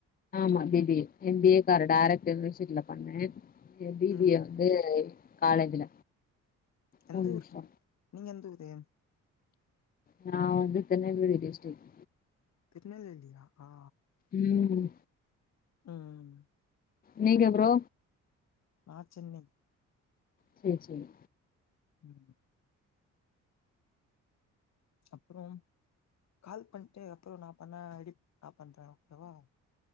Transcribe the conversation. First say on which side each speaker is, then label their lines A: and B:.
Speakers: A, on the left; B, on the left.
A: ஆமா B B A M B A கரு டேரக்ட் இருந்துச் இதுல பண்ணே எ பி
B: ம்
A: பி ஏ ந்து காலேஜ்ல
B: எந்த
A: மூணு
B: ஊருக்கு
A: வருஷோ
B: நீங்க எந்த ஊரு
A: நா வந்து திருநெல்வேலி டிஸ்ட்ரிக்ட்
B: திருநெல்வேலியா ஆ
A: ம்
B: ம்
A: நீங்க ப்ரோ
B: நா சென்னை
A: சேர் சேரி
B: ம் அப்ரோ கால் பண்டு அப்ரோ நா பண்ண எடி நா பண்ற ஓக்கேவா